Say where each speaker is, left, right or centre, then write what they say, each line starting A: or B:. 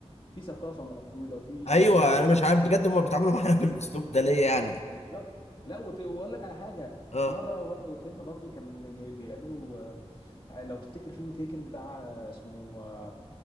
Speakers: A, on the left; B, on the left.
A: في ثقافة موجودة وفي
B: ايوه
A: شعب
B: انا مش عارف بجد هم بيتعاملوا معانا <laughs> بالاسلوب ده ليه يعني
A: بالظبط لا وفي واقول لك على حاجه
B: اه
A: في مره بر- فيلم برضو كان جاي بيعملوا آه، لو تفتكر فيلم تيكن بتاع آه، اسمه آه،